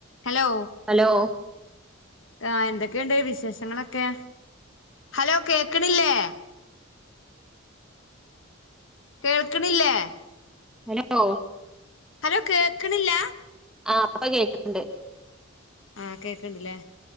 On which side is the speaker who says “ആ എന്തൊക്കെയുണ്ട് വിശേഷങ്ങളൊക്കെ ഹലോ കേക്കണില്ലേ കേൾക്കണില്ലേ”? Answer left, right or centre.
Left